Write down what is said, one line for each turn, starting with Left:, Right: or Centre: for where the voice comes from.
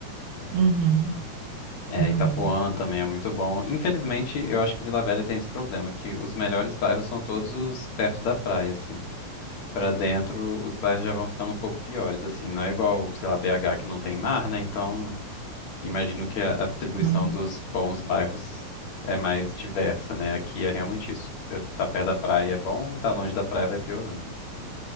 Right: uhum.
Left: É,
Right: Ah,
Left: Itapuã
Right: não.
Left: também é muito bom. Infelizmente, eu acho que Vila Velha tem esse problema, que os melhores bairros são todos os perto da praia, assim. Pra dentro, os bairros já vão ficando um pouco piores, assim. Não é igual, sei lá, BH que não tem mar, né? Então, imagino que a, a distribuição
Right: Uhum.
Left: dos bons bairros é mais diversa, né? Aqui é realmente isso. Tá tá perto da praia é bom, tá longe da praia vai piorando.